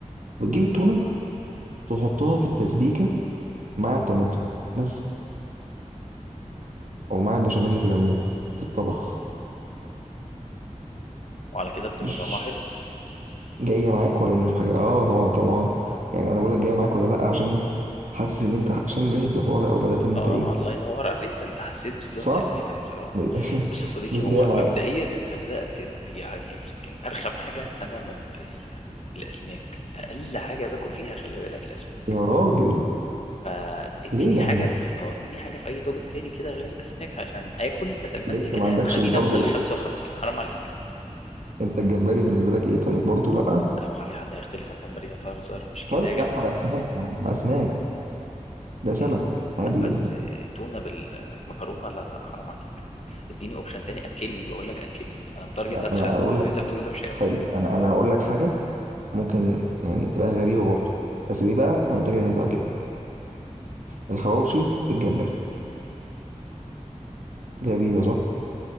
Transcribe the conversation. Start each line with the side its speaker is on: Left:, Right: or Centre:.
Right: وتجيب التونه تحطها في التسبيكه مع الطماطم بس او مع البشاميل اللي في العموم تتطبخ
Left: وعلى كده بتبقى
Right: مش
Left: طعمها حلو
Right: جايه معاك ولا نشوف حاجه اه طبعا طبعا يعني انا بقول لك جايه معاك ولا لا عشان حاسس ان انت عشان ريحه زفاره او بدات ان
Left: اه
Right: انت ايه
Left: الله ينور عليك ده انت حسيت بالظبط
Right: صح
Left: الاحساس اه
Right: <laughs>
Left: بص يا صديقي
Right: مش
Left: هو
Right: جايه معاك
Left: مبدئيا انت بدات ب- يعني يمكن ارخم حاجه انا مبدئيا يعني الاسماك اقل حاجه باكل فيها خلي بالك الاسماك
Right: يا راجل
Left: فاديني
Right: ليه يا
Left: حاجه
Right: عم
Left: في او اديني حاجه في اي توبك تاني كده غير الاسماك عشان اكل بدل ما
Right: ليه
Left: انت
Right: انت
Left: كده
Right: ما عندكش
Left: هتخليني
Right: برضه
Left: اوصل ل 55 حرام عليك
Right: انت الجمبري بالنسبه لك ايه طيب برضو لا
Left: لا هو في حد هيختلف على الجمبري هتهزر مش كده
Right: طيب
Left: يا جدع
Right: يا عم ولا اسماك يا عم اسماك ده سمك
Left: إيه،
Right: عادي
Left: لا
Right: جدا
Left: بس إيه، تونة بالمكرونة لا لا حرام عليك اديني اوبشن تاني اكلني بقول لك اكلني انا متارجت
Right: انا
Left: هتخن
Right: انا
Left: اللي
Right: اقول لك
Left: انت بتقوله ده مش هينفع
Right: حلو انا انا اقول لك حاجه ممكن يعني تبقى غريبه برضو بس دي بقى انا متاكد ان هي تعجبك الحواوشي بالجمبري غريبه صح